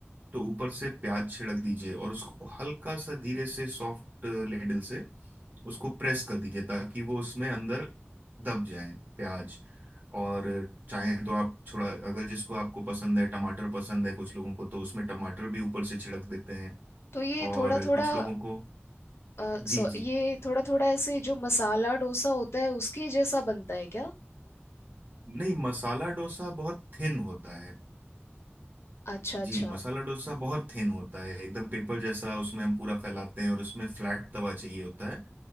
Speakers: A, on the right; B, on the left.
A: तो ऊपर से प्याज छिड़क दीजिए और उसको हल्का सा धीरे से सॉफ्ट लेडल से उसको प्रेस कर दीजिए ताकि वो उसमें अंदर दब जाए प्याज और चाहे तो आप थोड़ा अगर जिसको आपको पसंद है टमाटर पसंद है कुछ लोगों को तो उसमें टमाटर भी ऊपर से छिड़क देते हैं
B: तो ये
A: और
B: थोड़ा थोड़ा
A: कुछ लोगों को
B: आ,
A: जी
B: सो
A: जी
B: ये थोड़ा थोड़ा ऐसे जो मसाला डोसा होता है उसके जैसा बनता है क्या
A: नहीं मसाला डोसा बहुत थिन होता है
B: अच्छा अच्छा
A: जी मसाला डोसा बहुत थिन होता है एकदम पेपर जैसा उसमें हम पूरा फैलाते हैं और उसमें फ्लैट तवा चाहिए होता है